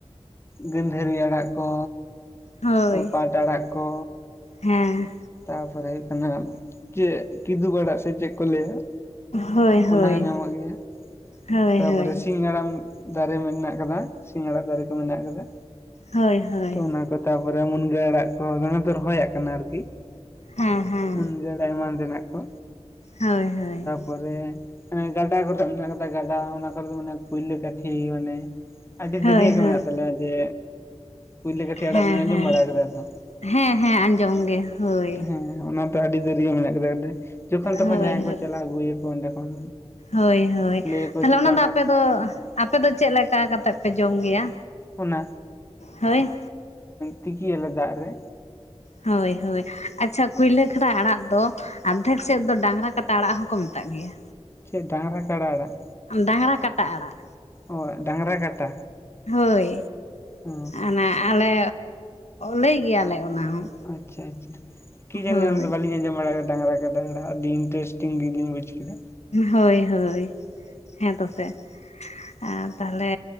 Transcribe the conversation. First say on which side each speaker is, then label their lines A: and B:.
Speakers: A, on the left; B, on the left.
A: ᱜᱟᱺᱫᱷᱟᱹᱨᱤ ᱟᱲᱟᱜ ᱠᱚ,
B: ᱦᱳᱭ
A: ᱯᱟᱴ ᱟᱲᱟᱜ ᱠᱚ,
B: ᱦᱮᱸ
A: ᱛᱟᱨᱯᱚᱨᱮ ᱦᱩᱭᱩᱜ ᱠᱟᱱᱟ ᱪᱮᱫ ᱠᱤᱫᱩᱵ ᱟᱲᱟᱜ ᱥᱮ ᱪᱮᱫ ᱠᱚ ᱞᱟᱹᱭᱟ᱾
B: ᱦᱳᱭ ᱦᱳᱭ
A: ᱚᱱᱟᱦᱚᱸ ᱧᱟᱢᱚᱜ ᱜᱮᱭᱟ
B: ᱦᱳᱭ
A: ᱛᱟᱯᱚᱨᱮ
B: ᱦᱳᱭ
A: ᱥᱤᱧ ᱦᱟᱲᱟᱢ ᱫᱟᱨᱮ ᱢᱮᱱᱟᱜ ᱠᱟᱫᱟ᱾ ᱥᱤᱧ ᱟᱲᱟᱜ ᱫᱟᱨᱮ ᱠᱚ ᱢᱮᱱᱟᱜ ᱠᱟᱫᱟ,
B: ᱦᱳᱭ ᱦᱳᱭ
A: ᱛᱚ ᱚᱱᱟ ᱠᱚ ᱛᱟᱨᱯᱚᱨᱮ ᱢᱩᱱᱜᱟᱹ ᱟᱲᱟᱜ ᱠᱚ ᱚᱱᱟ ᱫᱚ ᱨᱚᱦᱚᱭᱟᱜ ᱠᱟᱱᱟ ᱟᱨᱠᱤ
B: ᱦᱮᱸ ᱦᱮᱸ
A: ᱢᱩᱱᱜᱟᱹ ᱟᱲᱟᱜ ᱮᱢᱟᱱ ᱛᱮᱱᱟᱜ ᱠᱚ,
B: ᱦᱳᱭ ᱦᱳᱭ᱾
A: ᱛᱟᱨᱯᱚᱨᱮ ᱜᱟᱰᱟ ᱠᱚᱨᱮ ᱢᱮᱱᱟᱜ ᱠᱟᱫᱟ ᱜᱟᱰᱟ ᱚᱱᱟ ᱠᱚᱨᱮ ᱫᱚ ᱢᱟᱱᱮ ᱯᱩᱭᱞᱟᱹ ᱠᱟᱴᱷᱤ ᱢᱟᱱᱮ ᱟᱹᱰᱤ
B: ᱦᱳᱭ
A: ᱫᱟᱹᱨᱭᱟᱹ
B: ᱦᱳᱭ ᱦᱮᱸ
A: ᱜᱮ ᱢᱮᱱᱟᱜ ᱛᱟᱞᱮᱭᱟ ᱡᱮ ᱯᱩᱭᱞᱳ ᱠᱟᱹᱴᱷᱤ
B: ᱦᱮᱸ
A: ᱟᱲᱟᱜ ᱵᱮᱱ ᱟᱸᱡᱚᱢ ᱵᱟᱲᱟ ᱟᱠᱟᱫᱟ ᱛᱚ?
B: ᱦᱮᱸ ᱦᱮᱸ ᱟᱸᱡᱚᱢ ᱜᱮ᱾ ᱦᱳᱭ
A: ᱦᱮᱸ ᱚᱱᱟ ᱫᱚ ᱟᱹᱰᱤ ᱫᱟᱹᱨᱭᱟᱹ ᱜᱮ ᱢᱮᱱᱟᱜ ᱟᱠᱟᱫᱟ, ᱡᱚᱠᱷᱚᱱ ᱛᱚᱠᱷᱚᱱ
B: ᱦᱳᱭ
A: ᱡᱟᱦᱟᱸᱭ
B: ᱦᱳᱭ
A: ᱠᱚ ᱪᱟᱞᱟᱜ-ᱟ ᱟᱹᱜᱩᱭᱟ ᱠᱚ ᱚᱸᱰᱮ ᱠᱷᱚᱱ
B: ᱦᱳᱭ ᱦᱳᱭ
A: ᱞᱟᱹᱭᱟᱠᱚ
B: ᱛᱟᱦᱚᱞᱮ
A: ᱪᱮᱛᱟ
B: ᱚᱱᱟ ᱫᱚ ᱟᱯᱮ ᱫᱚ, ᱟᱯᱮᱫᱚ ᱪᱮᱫ ᱞᱮᱠᱟ ᱠᱟᱛᱮᱜ ᱯᱮ ᱡᱚᱢ ᱜᱮᱭᱟ?
A: ᱚᱱᱟ
B: ᱦᱳᱭ
A: ᱛᱤᱠᱤ ᱭᱟᱞᱮ ᱫᱟᱜ ᱨᱮ
B: ᱦᱳᱭ ᱦᱳᱭ ᱟᱪᱪᱷᱟ ᱠᱩᱭᱞᱟᱹ ᱠᱷᱟᱰᱟ ᱟᱲᱟᱜ ᱫᱚ ᱟᱫᱷᱮᱠ ᱥᱮᱫ ᱫᱚ ᱰᱟᱝᱨᱟ ᱠᱟᱴᱟ ᱟᱲᱟᱜ ᱦᱚᱸᱠᱚ ᱢᱮᱛᱟᱜ ᱜᱮᱭᱟ,
A: ᱪᱮᱫ ᱰᱟᱝᱨᱟ ᱠᱟᱲᱟ ᱟᱲᱟᱜ?
B: ᱰᱟᱝᱨᱟ ᱠᱟᱴᱟ ᱟᱲᱟᱜ
A: ᱚ ᱰᱟᱝᱨᱟ ᱠᱟᱴᱟ
B: ᱦᱳᱭ
A: ᱚ
B: ᱚᱱᱟ ᱟᱞᱮ ᱞᱟᱹᱭ ᱜᱮᱭᱟᱞᱮ ᱚᱱᱟ ᱦᱚᱸ
A: ᱟᱪᱪᱷᱟ ᱟᱪᱪᱷᱟ ᱠᱤ ᱡᱟᱹᱱᱤ
B: ᱦᱳᱭ
A: ᱚᱱᱟ ᱫᱚ ᱵᱟᱹᱞᱤᱧ ᱟᱸᱡᱚᱢ ᱵᱟᱲᱟ ᱠᱟᱫᱟ ᱰᱟᱝᱨᱟ ᱠᱟᱴᱟ ᱤᱱᱴᱨᱮᱥᱴᱤᱝ ᱜᱤᱧ ᱵᱩᱪ ᱠᱮᱫᱟ
B: ᱦᱳᱭ ᱦᱳᱭ ᱦᱮᱸ ᱦᱮᱸᱛᱚᱥᱮ‌ ᱟᱨ ᱛᱟᱦᱚᱞᱮ